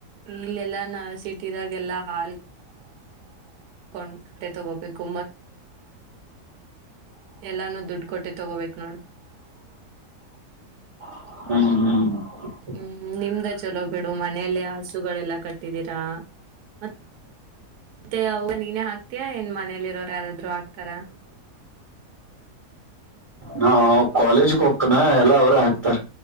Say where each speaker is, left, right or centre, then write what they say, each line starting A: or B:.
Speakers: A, on the right (about 80°); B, on the right (about 30°).
A: ಇಲ್ಲೆಲ್ಲಾ ನ ಸಿಟಿದಾಗೆಲ್ಲಾ ಹಾಲ್ ಕೊಂಡೆ ತಗೋಬೇಕು ಎಲ್ಲಾನೂ ದುಡ್ಡು ಕೊಟ್ಟೆ ತಗೋಬೇಕ ನೋಡು
B: ಹ್ಮ್ ಹ್ಮ್
A: ಹ್ಮ್ ನಿಮ್ದ ಚಲೋ ಬಿಡು ಮನೆಯಲ್ಲೇ ಹಸುಗಳೆಲ್ಲ ಕಟ್ಟಿದೀರಾ ಮತ್ತೆ ಅವಾಗ ನೀನೇ ಹಾಕ್ತಯ ಏನ್ ಮನಲಿ ಇರೋರು ಯಾರಾದ್ರು ಹಾಕ್ತಾರ
B: ಹಾ ಕಾಲೇಜಕ್ ಹಕನ ಎಲ್ಲಾ ಅವ್ರ ಹಾಕ್ತಾರ